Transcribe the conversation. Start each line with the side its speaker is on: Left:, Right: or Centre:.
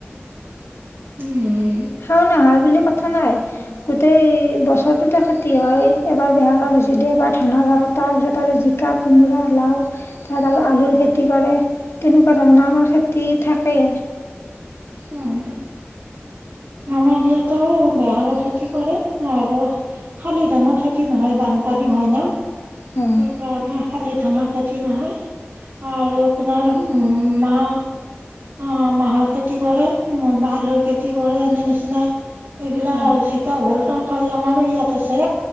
Right: উম,
Left: শাওণ, আহাৰ বুলি কথা নাই। গোটেই বছৰটোতেই খেতি তি হয়, এবাৰ বেহাৰৰ হৈছে দে এবাৰ ধানৰ হয তাৰপিছত আৰু জিকা, কোমোৰা, লাও তাত আৰু আলুৰ খেতি তি কৰে, তেনেকুৱা ধৰণৰ আমাৰ খেতি থাকেই।
Right: উম, আমাৰ ইয়াতো বেহাৰৰ খেতি কৰে, আৰু, শালি ধানৰ খেতি নহয় বানপানী হয় না। সেইকাৰণে
Left: অ
Right: শালি ধানৰ খেতি নহয়, আৰু তোমাৰ উম, মাহ আহ, মাহৰ খেতি কৰে, বা আলুৰ খেতি কৰে এনে নিচিনা, এইগিলা
Left: অ
Right: জিকা, ভোলটো কৰে আমাৰ ইয়াত আছে,